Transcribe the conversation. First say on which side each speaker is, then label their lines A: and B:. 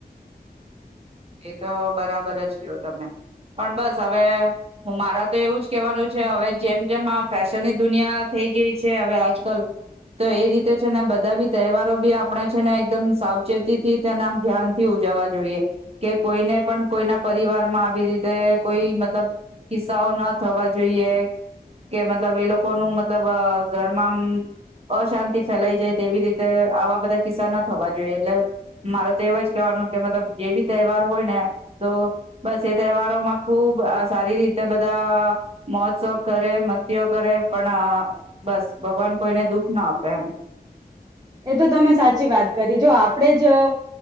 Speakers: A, on the right (about 35°); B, on the right (about 20°).
A: એ તો બરાબર જ કયો તમે પણ બસ હવે હું મારા તો એવું જ કેવાનું છે, હવે જેમ જેમ આ ફેશનની દુનિયા થઈ ગઈ છે, હવે આજકાલ તો એ રીતે છે ને બધા બી તહેવારો બી આપણે છે, ને એકદમ સાવચેતીથી તેને આમ ધ્યાનથી ઉજાવા જોઈએ કે કોઈને પણ કોઈના પરિવારમાં આવી રીતે કોઈ મતલબ ઉત્સાહો ન થવા જોઈએ, કે મતલબ એ લોકો ન મતલબ ઘ તમા અશાંતિ ફેલાઈ જાય તેવી રીતે આવા બધા કિસ્સા થવા જોઈએ, એટલે મારે તો એવ જ કેવાનું કે મતલબ જે બી હોય ને તો બસ એ તહેવારોમાં ખુબ સારી રીતે બધા મોજ કરે મસ્તીઓ કરે પણ બસ ભગવાન કોઈને દુઃખ ના આપે એમ
B: એ તો તમે સાચી વાત કરી જો આપણેે જ